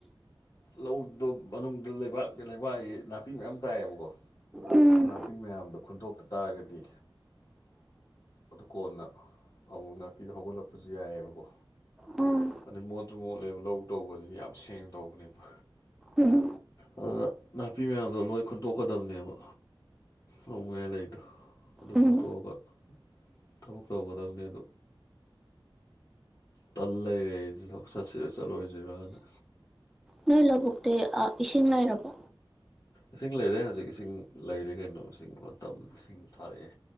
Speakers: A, on the left; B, in the centre.
A: ꯂꯧꯗꯣ ꯃꯅꯨꯡꯗ ꯂꯩꯕꯥꯛ ꯀꯩ ꯂꯩꯕꯥꯛꯑꯌ‌ꯦ ꯅꯥꯄꯤ ꯃꯌꯥꯝ ꯇꯥꯏꯌꯦꯕꯀꯣ
B: ꯎꯝ
A: ꯅꯥꯄꯤ ꯃꯌꯥꯝꯗꯣ ꯈꯨꯟꯗꯣꯛꯇ ꯇꯥꯔꯒꯗꯤ ꯑꯗꯨ ꯀꯣꯟꯅꯥ ꯑꯃꯨꯛ ꯅꯥꯄꯤꯗꯣ ꯍꯧꯒꯠꯂꯛꯄꯁꯨ ꯌꯥꯏꯌ‌ꯦꯕꯀꯣ
B: ꯎꯝ
A: ꯑꯗꯩꯩ ꯃꯣꯠꯁꯨ ꯃꯣꯠꯂꯦꯕ ꯂꯧ ꯇꯧꯕꯁꯤꯗꯤ ꯌꯥꯝ ꯁꯦꯡꯅ ꯇꯧꯕꯅꯦꯕ
B: ꯎꯝ
A: ꯑꯗꯨꯅ ꯅꯥꯄꯤ ꯃꯌꯥꯝꯗꯣ ꯂꯣꯏ ꯈꯨꯟꯇꯣꯛꯀꯗꯕꯅꯦꯕ ꯂꯧ ꯃꯌꯥꯏ ꯂꯩꯗꯣ ꯑꯗꯨ
B: ꯎꯝ
A: ꯈꯨꯟꯇꯣꯛꯑꯒ ꯊꯕꯛ ꯇꯧꯒꯗꯕꯅꯦ ꯑꯗꯣ ꯇꯜ ꯂꯩꯔꯦ ꯑꯩꯖꯦ ꯂꯧ ꯆꯠꯁꯤꯔ ꯆꯠꯂꯣꯏꯖꯤꯔꯥꯅ
B: ꯅꯣꯏ ꯂꯧꯕꯨꯛꯇꯤ ꯑꯥ ꯏꯁꯤꯡ ꯂꯩꯔꯕꯣ
A: ꯏꯁꯤꯡ ꯂꯩꯔꯦ ꯍꯧꯖꯤꯛ ꯏꯁꯤꯡ ꯂꯩꯔꯦ ꯀꯩꯅꯣ ꯏꯁꯤꯡ ꯃꯇꯝ ꯏꯁꯤꯡ ꯊꯥꯔꯛꯑꯦ